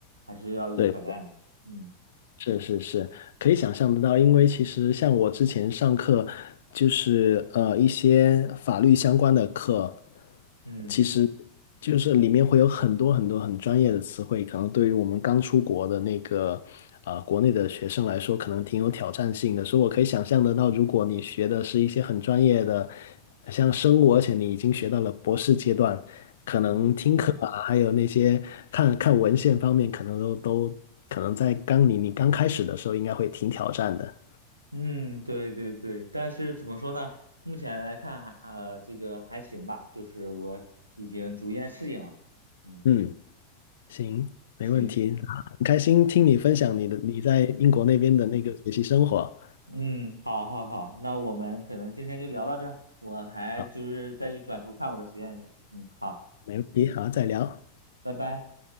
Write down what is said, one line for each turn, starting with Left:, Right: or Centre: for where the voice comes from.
Right: 还是要有挑战的。
Left: 对，
Right: 嗯
Left: 是是是，可以想象得到，因为其实像我之前上课，就是呃一些法律相关的课，
Right: 嗯
Left: 其实就是里面会有很多很多很专业的词汇，可能对于我们刚出国的那个呃国内的学生来说，可能挺有挑战性的。所以我可以想象得到，如果你学的是一些很专业的。像生物，而且你已经学到了博士阶段，可能听课啊，
Right: 嗯
Left: 还有那些看看文献方面，可能都都可能在刚你你刚开始的时候，应该会挺挑战的。
Right: 嗯，对对对。但是怎么说呢？目前来看还呃这个还行吧，就是我已经逐渐适应了。嗯，
Left: 嗯，行，没问题，
Right: 行，
Left: 啊很开心听你分享你的你在英国那边的那个学习生活。
Right: 嗯，好好好，那我们可能今天就聊到这儿，我还就是再去转头看我的实验去。
Left: 好，
Right: 嗯，好，
Left: 没问题，好，再聊，
Right: 拜拜。